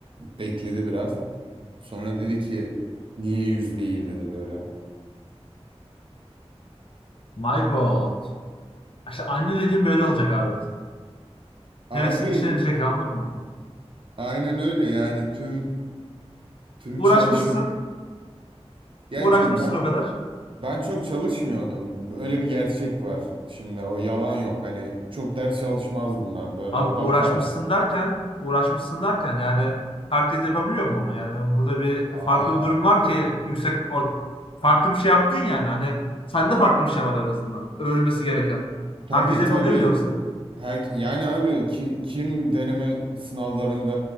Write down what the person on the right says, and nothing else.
bekledi biraz. Sonra dedi ki niye yüz değil dedi böyle.
Abi
aynen öyle yani tüm tüm
çalışma ya
ç- ben
ben çok çalışmıyordum. Öyle bir gerçek var. Şimdi o yalan yok. Hani çok ders çalışmazdım ben. Böyle
bakardım.
Aa
tabii
tabii.
Her, yani abi ki, kim deneme sınavlarında